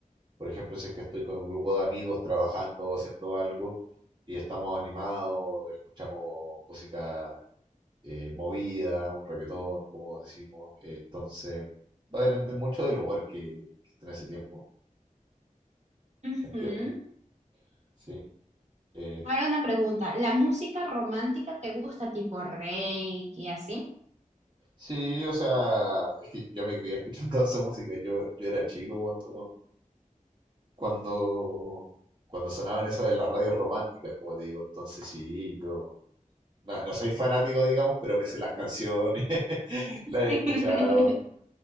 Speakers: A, on the right; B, on the right.
A: Por ejemplo, si es que estoy con un grupo de amigos trabajando o haciendo algo y estamos animados, escuchamos música eh, movida, un reggaetón, como decimos. eh, entonces, va a depender mucho del humor que, que esté en ese tiempo,
B: Ujú.
A: ¿me entiendes? Sí. Eh,
B: Ahora una pregunta, ¿la música romántica te gusta tipo reiki y así?
A: sí, o sea, es que yo me crié escuchando <laughs> esa música. Yo, yo era chico cuando, cuando, cuando sonaban eso de las radios románticas, como te digo. Entonces, sí, yo No, no soy fanático, digamos, pero me sé las canciones, <laughs> las he
B: <laughs>
A: escuchado.